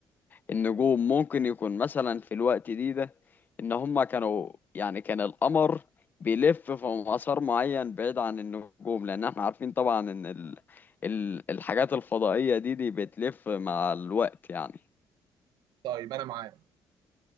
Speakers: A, on the left; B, on the right.
A: النجوم ممكن يكون مثلا في الوقت دي ده ان هما كانوا يعني كان القمر بيلف في مسار معين بعيد عن النجوم لان احنا عارفين طبعا ان ال... ال... الحاجات الفضائية دي دي بتلف مع الوقت يعني
B: طيب انا معاك